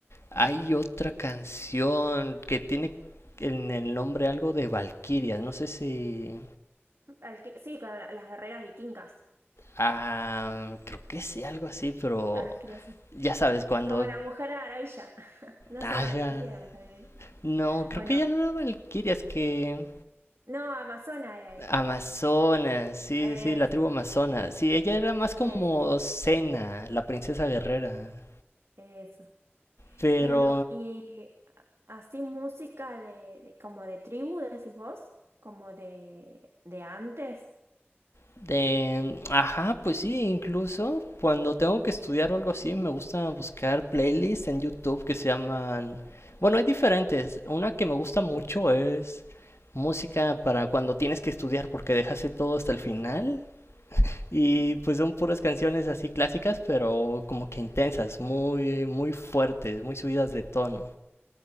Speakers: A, on the left; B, on the right.
A: hay otra canción que tiene en el nombre algo de valquirias no sé si...
B: Al que- sí, con la- las guerreras vikingas,
A: ah, creo que sí, algo así, pero
B: las creaciones.
A: ya sabes, cuando...
B: Como la mujer maravilla. <laughs> No es
A: ah,
B: una valquiria la mujer maravilla.
A: no, creo
B: ¿O
A: que
B: no?
A: ya no era Valkyrias, que...
B: No, Amazona era ella.
A: Amazonas, sí,
B: Eso,
A: sí, la tribu Amazona. Sí, ella era más como
B: eso,
A: Cena, la princesa guerrera.
B: eso.
A: Pero,
B: No, no. Y así música de, de- como de tribu, decís vos, como de, de antes.
A: de, ajá, pues sí, incluso cuando tengo que estudiar o algo así, me gusta buscar playlists en YouTube que se llaman... Bueno, hay diferentes. Una que me gusta mucho es música para cuando tienes que estudiar porque dejaste todo hasta el final. Y
B: Ujú.
A: pues son puras canciones así clásicas, pero como que intensas, muy, muy fuertes, muy subidas de tono.